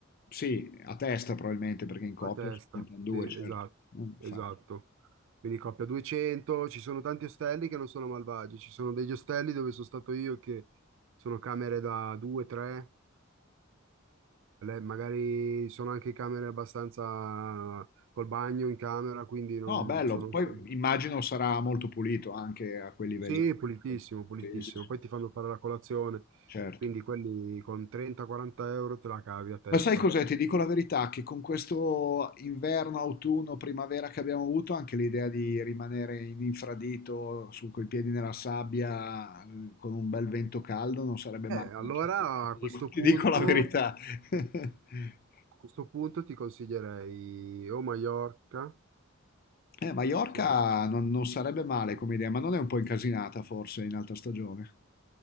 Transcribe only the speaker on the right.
A testa,
sì,
esatto,
esatto. Quindi coppia 200, ci sono tanti ostelli che non sono malvagi, ci sono degli ostelli dove sono stato io che sono camere da 2, 3, magari sono anche camere abbastanza col bagno in camera, quindi non
sono...
insomma,
Sì, pulitissimo, pulitissimo.
Poi ti fanno fare la colazione,
quindi quelli con 30-40 euro te la cavi a testa.
Eh,
allora
a questo
punto...
A questo punto ti consiglierei o Maiorca,
se-